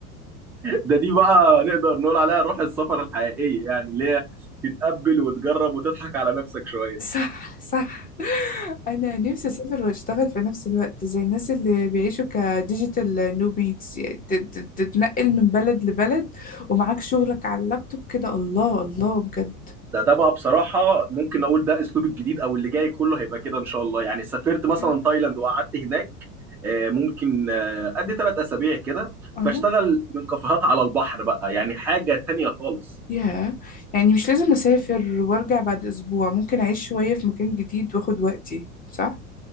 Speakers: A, in the centre; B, on the left (about 20°).
A: ده دي بقى نقدر نقول عليها روح السفر الحقيقية يعني اللي هي تتقبل وتجرب وتضحك على نفسك شوية
B: صح صح أنا نفسي أسافر وأشتغل في نفس الوقت زي الناس اللي بيعيشوا كديجيتال نوميدز يعني ت- ت- تتنقل من بلد لبلد ومعاك شغلك على اللابتوب كده الله الله بجد
A: ده ده بقى بصراحة ممكن اقول ده اسلوب الجديد او اللي جاي كله هيبقى كده ان شاء الله يعني سافرت مثلا
B: أوكي.
A: تايلاند وقعدت هناك آه، ممكن آه، ادي ثلاث اسابيع كده
B: أه
A: بشتغل من كافيهات على البحر بقى يعني حاجه تانية خالص
B: ياه يعني مش لازم أسافر وأرجع بعد أسبوع ممكن أعيش شوية في مكان جديد وأخد وقتي صح؟